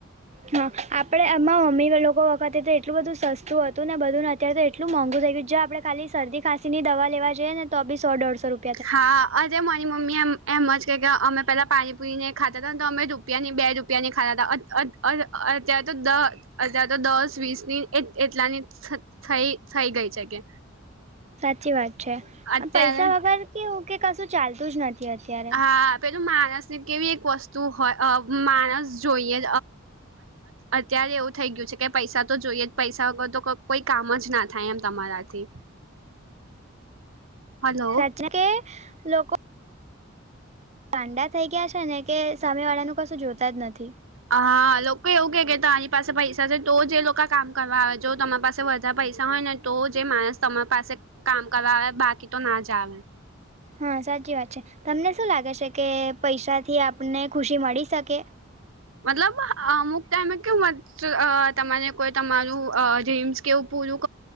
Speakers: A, on the right; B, on the right.
A: હા આપડે આમાં મમ્મી લોકો વખતે તો એટલું બધું સતું હતું ને બધુંને અત્યારે તો એટલું મોંઘું થઈું. બ જો આપડણેાલી શદી ખાં ની દવા લેવાઈએ તો બીોઢસો રૂપ.
B: છે હા. અજે મરી મમ્મી એમ એમ જ કહે કે અમે પેલા પાણી પુરી નહીં ખાતા હતાને તો અમે રૂપિયાનીં બે રૂપ. ની ખા હતા અત્યારે તો દ અત્યારે તો દસ વીસ ની. એટલાની થઈ થઈ ગઈ છે કે.
A: સાચી વાત છે
B: અત્યારે
A: પૈસા વગર કેવું કે કશું ચાલતું જ નથી. અત્યારે
B: હા. પેલું માણસ ની કેવી એક વસ્તુ હોય માણસ જોઈએ. અત્યારે એવું થઈ ગયું છે કે પૈસા તો જોઈએ જ પૈસા વગર તો કોઈ કામ જ ના થાય એમ તમારાથી. હલો
A: સાચ કે લોકો. કાંડા થઈ ગયા છે ને કે સામે વાળાનું કશું જોતા જ નથી.
B: હા લોકો એવું કે કે તારી પાસે પૈસા છે તો જ લોકો કામ કરવા આવે જો તમારી પાસે. બા પૈસા હોય ને તો જે માણસ તમારી પાસે કામ કરવા આવે બાકી તો ના જ આવે
A: હા સાચી વાત છે તમને શું લાગે છે કે પૈસાથી આપણને ખુશી મળી શકે
B: મતલબ અમુક ટાયમૅ કેવુ કે તમારે કોઈ તમારું ડ્રીમ્સ કેવું પૂરું